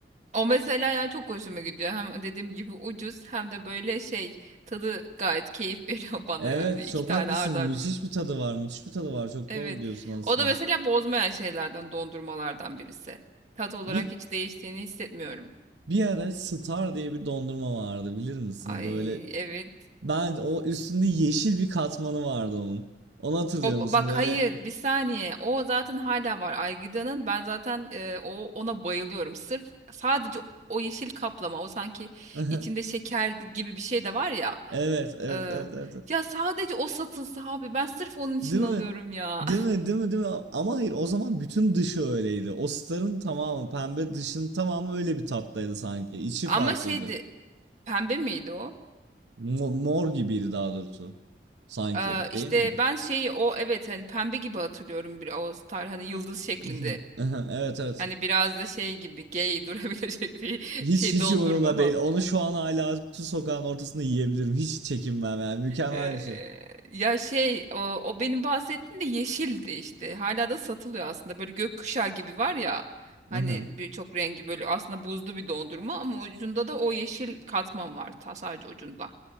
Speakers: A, on the right; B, on the right.
A: O mesela yani çok hoşuma gidiyor. Hem dediğim gibi ucuz hem de böyle şey tadı gayet keyif <laughs> veriyor bana
B: Evet
A: yani. İki
B: çok
A: tane
B: haklısın.
A: ard arda
B: Müthiş
A: yiyorum.
B: bir tadı var. Müthiş bir tadı var. Çok
A: Evet.
B: doğru diyorsun aslında.
A: O da mesela bozmayan şeylerden dondurmalardan birisi. Tat olarak
B: Bir,
A: hiç değiştiğini hissetmiyorum.
B: bir ara Star diye bir dondurma vardı bilir misin?
A: Ay
B: Böyle
A: evet
B: Ben o üstünde yeşil bir katmanı vardı onun. Onu hatırlıyor
A: O ba-
B: musun
A: bak
B: böyle?
A: hayır bir saniye o zaten hala var Aygıda'nın ben zaten e, o ona bayılıyorum sırf sadece o yeşil kaplama o sanki
B: <laughs>
A: içinde şeker gibi bir şey de var ya
B: Evet, evet,
A: E,
B: evet, evet. evet.
A: ya sadece o satılsa abi ben sırf onun için
B: Değil
A: alıyorum
B: mi?
A: ya
B: Değil mi? Değil mi? Değil mi? Ama hayır o zaman bütün dışı öyleydi. O starın tamamı pembe dışın tamamı öyle bir tattaydı sanki.
A: <laughs>
B: İçi
A: ama
B: farklıydı.
A: şeydi pembe miydi o
B: Mo- Mor gibiydi daha doğrusu. Sanki.
A: e, işte
B: Değil miydi?
A: ben şeyi o evet hani pembe gibi hatırlıyorum bir o star hani yıldız şeklinde
B: <laughs> Evet evet.
A: hani biraz da şey gibi gay <laughs> durabilecek bir
B: Hiç
A: şey
B: hiç
A: dondurma
B: umurumda
A: falan.
B: değil. Onu şu an hala bütün sokağın ortasında yiyebilirim. Hiç çekinmem yani. Mükemmel
A: Ee,
B: bir şey.
A: ya şey o, o benim bahsettiğim de yeşildi işte. Hala da satılıyor aslında. Böyle gökkuşağı gibi var ya.
B: <laughs>
A: Hani birçok rengi böyle aslında buzlu bir dondurma ama ucunda da o yeşil katman var. Ta sadece ucunda.